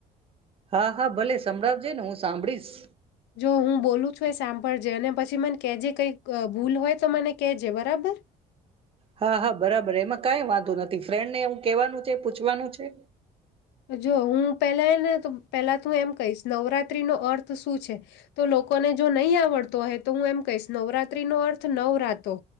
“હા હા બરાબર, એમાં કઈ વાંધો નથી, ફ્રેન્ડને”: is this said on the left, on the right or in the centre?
Right